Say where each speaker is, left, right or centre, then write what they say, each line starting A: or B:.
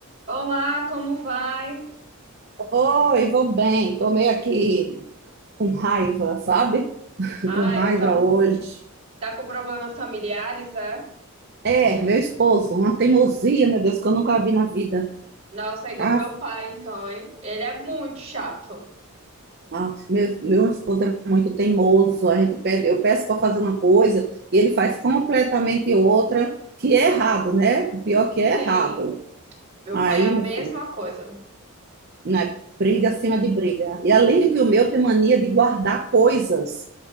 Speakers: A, on the right; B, on the right.
A: Olá, como vai?
B: Oi, vou bem. Tô meio aqui com raiva, sabe? <laughs>
A: Ah,
B: Com raiva
A: eu tão,
B: hoje.
A: tá com problemas familiares, é?
B: É, meu esposo, uma teimosia, meu Deus, que eu nunca vi na vida.
A: Nossa, é igual
B: Ah,
A: meu pai, então, hein? Ele é muito chato.
B: ah, meu, meu esposo é muito teimoso. A gente pede, eu peço para fazer uma coisa e ele faz completamente outra, que é errado, né? O pior que
A: Sim,
B: é errado.
A: meu
B: Aí,
A: pai é a
B: meu
A: mesma
B: filho,
A: coisa.
B: né? briga acima de briga. E além do que o meu tem mania de guardar coisas